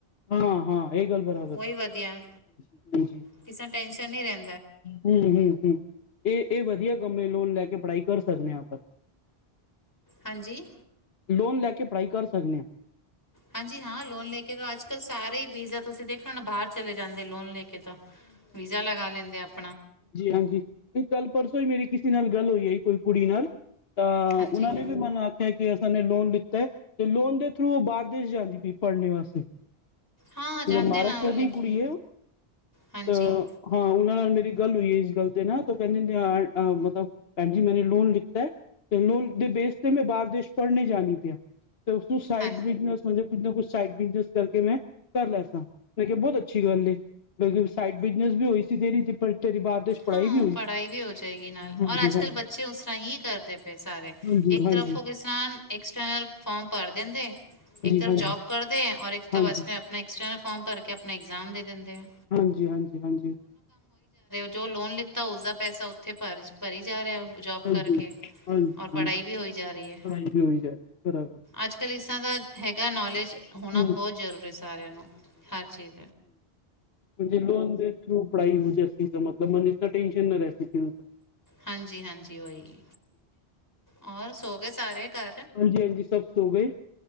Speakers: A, on the left (about 75°); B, on the left (about 15°).
A: ਹਾਂ, ਹਾਂ ਇਹ ਗੱਲ਼ ਬਰਾਬਰ
B: ਉਹੀ
A: ਹੈਂ।
B: ਵਧੀਆ ਕਿਸੇ ਟੈਨਸ਼ਨ ਨੀਂ ਰਹਿੰਦਾਂ।
A: ਹੂੰ ਹੂੰ ਹੂੰ। ਇਹ, ਇਹ ਵਧੀਆਂ ਕੰਮ ਹੈ। ਲੋਨ ਲੈ ਕੇ ਪੜ੍ਹਾਈ ਕਰ ਸਕਦੇ ਹਾਂ ਆਪਾਂ।
B: ਹਾਂਜੀ?
A: ਲੋਨ ਲੈ ਕੇ ਪੜ੍ਹਾਈ ਕਰ ਸਕਦੇ ਹਾਂ।
B: ਹਾਂਜੀ। ਹਾਂ ਲੋਨ ਲੈ ਕੇ ਅੱਜ਼ ਕੱਲ੍ਹ ਸਾਰੇ ਹੀ ਵੀਜ਼ਾ ਤੁਸੀਂ ਦੇਖੇ ਹੋਣੇ। ਬਾਹਰ ਚਲੇਂ ਜਾਂਦੇ ਲੋਨ ਲੈ ਕੇ ਤਾਂ ਵੀਜ਼ਾ ਲਗਾਂ ਲੈਂਦੇਂ ਆਪ।
A: ਜੀ ਹਾਂਜੀ ਤੇ ਕੱਲ੍ਹ ਪਰਸੋਂ ਹੀ ਮੇਰੀ ਕਿਸ਼ੇ ਨਾਲ਼ ਗੱਲ਼ ਹੋਈ ਹੈ। ਕੋਈ ਕੁੜੀ ਨਾਲ਼। ਤਾਂ
B: ਹਾਂਜੀ
A: ਉਹਨਾਂ ਨੇਂ ਵੀ ਮਨ। ਟੈਕਿਅਸ ਦਾ ਉਹਨੇ ਲੋਨ ਲਿੱਤਾ ਹੈਂ। ਤੇ ਲੋਨ ਦੇ ਥਰੂ ਉਹ ਬਾਹਰ ਦੇਸ਼ ਜਾਂਦੀ ਪਈ ਪੜ੍ਹਨੇ ਵਾਸਤੇ ਕਿਧਰ
B: ਹਾਂ ਜਾਂਦੇ
A: ਮਹਾਰਾਸ਼ਟਰ
B: ਨਾ ਉਹ ਲੈ
A: ਦੀ ਕੁੜੀ
B: ਕੇ
A: ਹੈਂ ਉਹ।
B: ਹਾਂਜੀ
A: ਤਾਂ ਹਾਂ ਉਹ ਨਾਲ਼ ਮੇਰੀ ਗੱਲ਼ ਹੋਈ ਹੈ ਇਸ ਗੱਲ਼ ਤੇ ਨਾ ਉਹ ਕਹਿੰਦੇ ਮੱਤਲਬ ਭੈਣ ਜੀ ਮੈਂਨੇ ਲੋਨ ਲਿੱਤਾ। ਤੇ ਲੋਨ ਦੇ ਬੇਸ ਤੇ ਮੈਂ ਬਾਹਰ ਦੇਸ਼ ਪੜ੍ਹਨ ਜਾਣੀ ਪੲਈ ਤੇ ਉਸੂੰ ਸਾਈਡ
B: ਹਾਂ
A: ਬਿਨਸ ਮਤਲਬ ਨਾ ਕੁਛ ਸਾਈਡ ਬਿਜਨਸ ਕਰਕੇ ਮੈਂ ਕਰ ਲੈ ਸਾਂ। ਮੈਂ ਕਿਹਾ ਬਹੁਤ ਅੱਛੀ ਗੱਲ ਏ। ਕਿਉਂਕਿ ਸਾਈਡ ਬਿਜਨਸ ਵੀ ਹੋਈ। ਜਿਦੇ ਦੀ। ਇੱਥੇਂ ਪੜ ਦੇਸ਼ ਪੜ੍ਹਾਈ
B: ਹਾਂ
A: ਵੀ।
B: ਪੜ੍ਹਾਈ ਵੀ ਹੋ ਜਾਏਂਗੀ ਨਾਲ਼।
A: ਹਾਂਜੀ
B: ਔਰ ਅੱਜ਼
A: ਹਾਂਜੀ
B: ਕੱਲ੍ਹ ਬੱਚੇ ਉਸ ਤਰ੍ਹਾਂ ਹੀ ਕਰਦੇਂ ਪਏ ਸਾਰੇ।
A: ਹਾਂਜੀ
B: ਇੱਕ
A: ਹਾਂਜੀ
B: ਤਰਫ ਉਹ ਕਿਸ ਤਰ੍ਹਾਂ। ਇੱਕ ਸਟਰੈਲ ਫ਼ਾਰਮ ਭਰ ਦਿੰਦੇਂ। ਇੱਕ ਤਰਫ
A: ਹਾਂਜੀ ਹਾਂਜੀ
B: ਜੋਬ ਕਰਦੇਂ। ਤਾਂ
A: ਹਾਂਜੀ
B: ਬਸ ਆਪਣਾਂ ਐਕਸਟਰਨਲ ਫ਼ਾਰਮ ਭਰ ਕੇ ਆਪਣਾਂ ਐਗਜ਼ਾਮ ਦੇ। ਦਿੰਦੇ ਆ
A: ਹਾਂਜੀ, ਹਾਂਜੀ, ਹਾਂਜੀ।
B: ਜ਼ੋ ਲੋਨ ਲਿੱਤਾ ਉਸਦਾ ਪੈਸਾਂ ਉੱਥੇ ਭਰ ਭਰੀ ਜਾਂ ਰਿਹਾਂ। ਜੋਬ
A: ਹਾਂਜੀ
B: ਕਰਕੇ
A: ਹਾਂਜੀ
B: ਔਰ ਪੜ੍ਹਾਈ
A: ਹਾਂਜੀ
B: ਵੀ ਹੋਈ ਜਾਂ ਰਹੀਂ ਹੈਂ।
A: ਪੜ੍ਹਾਈ ਵੀ ਹੋਈ ਜਾਏ ਬਰਾਬਰ
B: ਅੱਜ਼ ਕੱਲ੍ਹ ਇਸ। ਇਦਾ ਦਾ ਹੈਗਾ
A: ਹੂੰ
B: ਨੌਲੇਜ ਹੋਣਾਂ ਬਹੁਤ ਜ਼ਰੂਰੀ ਸਾਰਿਆਂ ਨੂੰ। ਹਾਂਜੀ।
A: ੇ ਲੋਨ ਦੇ ਥਰੂ ਪੜ੍ਹਾਈ ਹੋ ਜਾ ਅ ਸੀ ਤਾਂ ਮਤਲਬ ਮ ਇ ਤਾਂ ਟੇਨਸ਼ਨ ਨਾ ਰ ਸਕ ਸੀ
B: ਹਾਂਜੀ ਹਾਂਜੀ ਉਹੀ ਹੋਰ ਸੋ ਗਏ ਸਾਰੇ ਘਰ
A: ਹਾਂਜੀ ਹਾਂਜੀ ਸਭ ਸੋ ਗਏ